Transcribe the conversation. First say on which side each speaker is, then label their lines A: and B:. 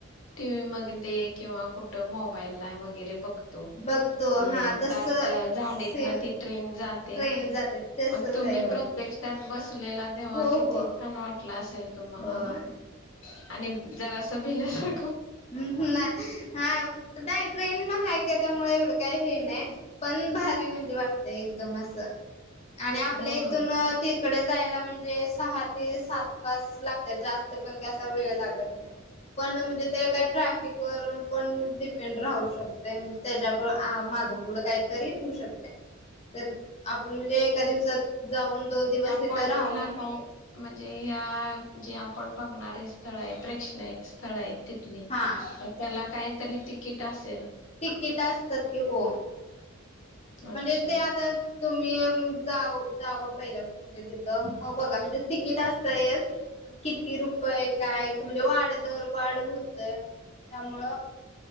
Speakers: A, on the left (about 65°); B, on the left (about 30°).
A: टीवी मगं दे किंवा कुठं मोबाईल ला वगैरे बघ तो
B: बघतो
A: हे
B: हा तस
A: दाट झाडीतनं
B: सेम
A: ती ट्रेन जाते
B: ट्रेन जाते तसच
A: पण तुम्ही
B: आहे हो
A: प्रत्यक्षात बस तेव्हा
B: हो
A: किती
B: हो
A: छान वाटलं असेल तुम्हाला
B: होय
A: ना? आणि जरासं तं भिल्यासं
B: ह ना हा नाही ट्रेन न हाकी त्यामुळे एवढं काही हे नाही पण भारी म्हणजे वाट ते एकदम असं आणि आपल्या
A: हम्म
B: इथून ते तिकडं जायला म्हणजे सहा ते सात तास लागत्यात. जास्त पण काय असा वेळ लागत नाही पण म्हणजे ते काय ट्रॅफि फिक वरून पण डिपेंड राहू शकतंय मंजे त्याज्या प आ मागंपुढं काहीतरी होऊ शकतंय, तर आपण म्हणजे एका दिवसात जाऊन दोन दिवस
A: त्या
B: तिथं
A: पॉइंटला
B: राहून
A: काय म्हणजे ह्या जे आपण बघणारे स्थळ हाय. प्रेक्षणय स्थळ आहेत. तिथली
B: हा
A: मग त्याला काय तरी तिकीट अस
B: तिकीट असतात की, हो.
A: अच्छा
B: म्हणजे ते आता तुम्ही अ-म जाऊ जावा पहिला म्हणजे तिथं. मग बघा म्हणजे तिकीट असतंयचं पण किती रुपय काय म्हणजे वाढ-दर-वाढ हुतंय त्यामुळं